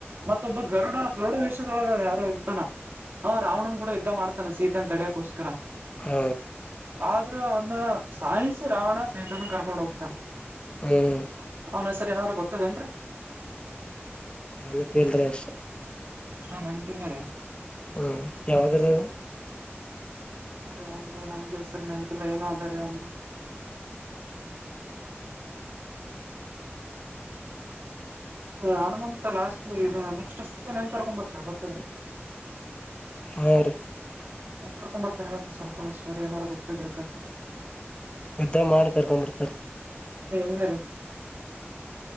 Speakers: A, on the right; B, on the left.
A: ಮತ್ತೊಬ್ಬ ಗರುಡ -ಗರುಡ ವೇಷದೊಳಗ ಯಾರ ಹ ರಾವಣನ್ ಕೂಡ ಇ ಮಾಡ್ತಾನ ಸೀತ ಅನ್ ತಡಿಯಕೋಸ್ಕರ <unintelligible>
B: ಹ
A: ಆದ್ರ ಅವನ್ನ ಸಾಯನ್ಸ ರಾವಣ ಸೈಿತನ ಕರ್ಕೊಂಡ ಹೋಗ್ತಾನ
B: ಹ್ಮ್.
A: ಹನ ಸರ್ ಏನಾದ್ರೂ ಗೊತ್ತದೇಏನ್ರೀ
B: ಎಲ್ಲಪ್ಪಲ್ರಿ ಅಷ್ಟ
A: ಚ ನೆನಪಿಲ್ಲಾರೆ
B: ಹ್ಮ ಯಾವ್ದ್ರ ಅದು
A: ನ ಒಂದು ನನ್ಗೆ ಹೆಸರು ನೆನಪಿಲ್ಲ ಏನು ಅದ ರೀ ಒಂದು ಹನುಮಂತ ಲಾಸ್ ನೆಕ್ಸ್ಟ್ ಸತ್ಯನ ಹೆಏನ್ ಕರ್ಕೊಂಡ್ ಬರ್ತಾರೆ ಬರ್ತಿದ್ರೆ.
B: ಹ ರಿ
A: ಒಂಬತ್ತೊಂಬತ್ತು ತಿಂಗಳಂಟ ಸಂಪ ಸರ್ ಏನಾರು ಗೊತ್ತಿದ್ರ ಕಾಯ. <inaudible>
B: ಯುದ್ಧ ಮಾಡಿ ಕರ್ಕೊಂಬರ್ತಾರೆ
A: ಅ ಎಂಗಾರ